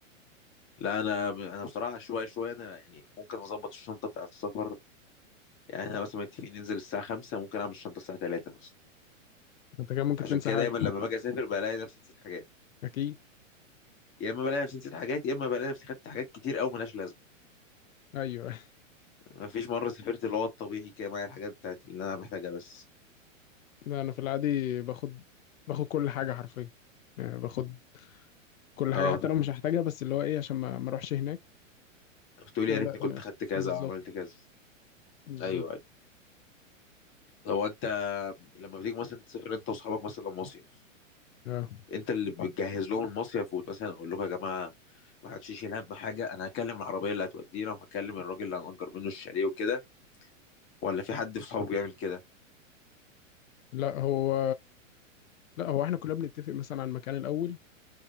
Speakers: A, on the left (about 30°); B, on the left (about 85°).
A: لا انا انا بصراحه شويه شويه انا يعني ممكن اظبط الشنطه بتاعه السفر يعني احنا مثلا متفقين ننزل الساعه 5 ممكن اعمل الشنطه الساعه 3 بس
B: أنت كمان ممكن
A: عشان
B: تنسى
A: كده
B: حاجة
A: دايما لما باجي اسافر بلاقي نفسي نسيت حاجات
B: أكيد
A: يا اما بلاقي نفسي نسيت حاجات يا اما بلاقي نفسي خدت حاجات كتير قوي ملهاش لازمه
B: أيوه <laughs>
A: ما فيش مره سافرت اللي هو الطبيعي كده معايا الحاجات بتاعتي اللي انا محتاجها بس
B: لا أنا في العادي باخد باخد كل حاجة حرفيا يعني باخد كل
A: اه
B: حاجه حتى لو مش هحتاجها بس اللي هو ايه عشان ما ما اروحش هناك
A: بتقول
B: ولا
A: يا ريتني كنت
B: انا
A: خدت كذا
B: بالظبط
A: او عملت كذا
B: بالظبط
A: ايوه ايوه هو انت لما بتيجي مثلا تسافر انت واصحابك مثلا مصيف
B: اه
A: انت اللي بتجهز لهم المصيف ومثلا اقول لكم يا جماعه ما حدش يشيل هم حاجه انا هكلم العربيه اللي هتودينا وهكلم الراجل اللي هنأجر منه الشاليه وكده ولا في حد في صحابك بيعمل كده
B: لا هو لا هو احنا كلنا بنتفق مثلا على المكان الاول